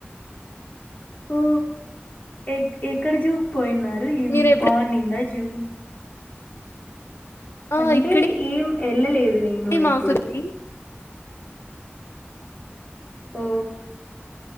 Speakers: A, on the left; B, on the left.
A: ఓ ఎ ఎక్కడ జూక్ పోయిన్నారు ఏం
B: మీరు ఎప్పుడు
A: బాగు నిందా జూ
B: ఆ
A: అంటే
B: ఇక్కడే
A: ఏం ఎళ్లలేదు నేను ఎప్పుడు
B: మాకుంది
A: ఓ